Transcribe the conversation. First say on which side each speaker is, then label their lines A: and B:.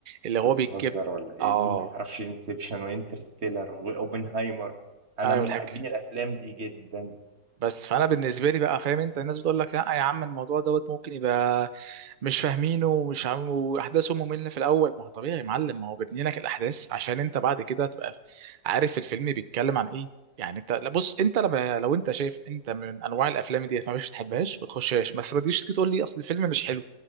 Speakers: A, on the right; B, on the right.
A: اللي
B: انت
A: هو بيجيب
B: بتهزر ولا ايه
A: اه
B: مين ما يعرفش انسبشن وانترستيلر واوبنهايمر انا
A: ايوه
B: من
A: الحاج
B: محبين الافلام دي جدا
A: بس فانا بالنسبه لي بقى فاهم انت الناس بتقول لك لا يا عم الموضوع دوت ممكن يبقى مش فاهمينه ومش عم واحداثه ممله في الاول ما هو طبيعي يا معلم ما هو بيبني لك الاحداث عشان انت بعد كده تبقى عارف الفيلم بيتكلم عن ايه يعني انت لا بص انت لما لو انت شايف انت من انواع الافلام ديت ما بتحبهاش بتحبهاش ما تخشهاش بس ما تجيش تيجي تقول لي اصل الفيلم مش حلو